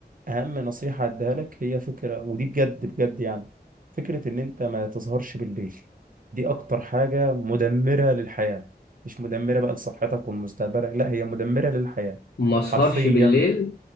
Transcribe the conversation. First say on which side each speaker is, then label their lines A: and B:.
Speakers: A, on the right; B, on the left.
A: اهم نصيحه اديها لك هي فكره ودي بجد بجد يعني فكره ان انت ما تسهرش بالليل دي اكتر حاجه مدمره للحياه مش مدمره بقى لصحتك والمستقبل لا هي مدمره للحياه
B: ما أسهرش
A: حرفيا
B: بالليل